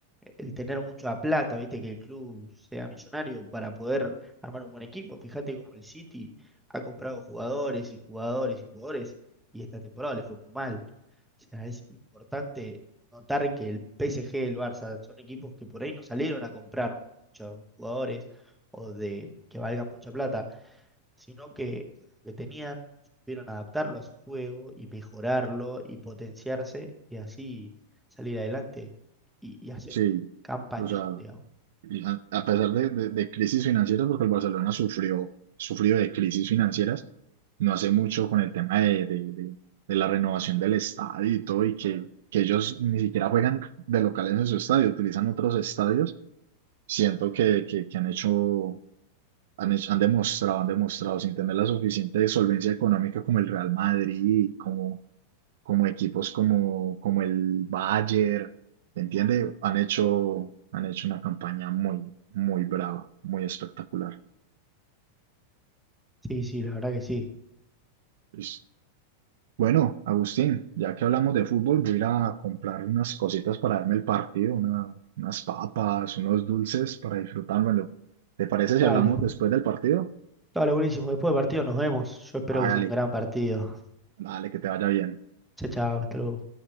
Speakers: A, in the centre; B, on the right.
A: el tener mucha plata, viste, que el club sea millonario para poder armar un buen equipo. Fíjate cómo el City ha comprado jugadores y jugadores y jugadores y esta temporada le fue muy mal. O sea, es importante notar que el PSG, el Barça, son equipos que por ahí no salieron a comprar muchos jugadores o de que valgan mucha plata sino que lo que tenían, supieron adaptarlo a su juego y mejorarlo y potenciarse y así salir adelante y, y hacer
B: sí,
A: un campañón,
B: o sea,
A: digamos.
B: y a, a pesar de, de- de crisis financieras, porque el Barcelona sufrió, sufrió de crisis financieras, no hace mucho con el tema de, de- de- de la renovación del estadio y todo, y que, que ellos ni siquiera juegan de locales en su estadio, utilizan otros estadios Siento que, que, que han hecho, han hecho- han demostrado, han demostrado sin tener la suficiente solvencia económica como el Real Madrid, como, como equipos como, como el Bayern, ¿entiendes? Han hecho, han hecho una campaña muy, muy brava, muy espectacular.
A: Sí, sí, la verdad que sí.
B: Pues, bueno, Agustín, ya que hablamos de fútbol, voy a ir a comprar unas cositas para darme el partido, una- unas papas, unos dulces para disfrutármelo. ¿Te parece si
A: Dale,
B: hablamos después del partido?
A: dale, buenísimo. Después del partido nos vemos. Yo espero
B: Hágale.
A: que sea un gran partido.
B: Dale, que te vaya bien.
A: Chao, chao, hasta luego.